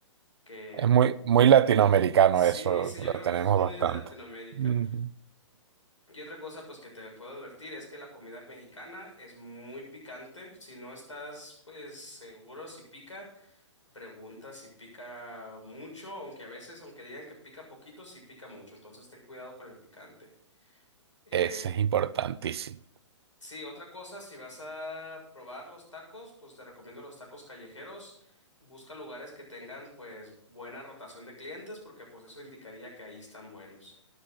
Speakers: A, on the left; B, on the right.
A: que
B: Es muy, muy latinoamericano
A: sí,
B: eso,
A: sí,
B: lo
A: yo creo
B: tenemos
A: que eso es muy
B: bastante.
A: de Latinoamérica.
B: Ujú.
A: Y otra cosa, pues que te puedo advertir es que la comida mexicana es muy picante. Si no estás, pues seguro si pica, pregunta si pica mucho, aunque a veces, aunque digan que pica poquito, sí pica mucho. Entonces ten cuidado con el picante. Eh,
B: Ese es importantísimo.
A: sí, otra cosa, si vas a probar los tacos, pues te recomiendo los tacos callejeros. Busca lugares que tengan, pues, buena rotación de clientes, porque pues eso indicaría que ahí están buenos.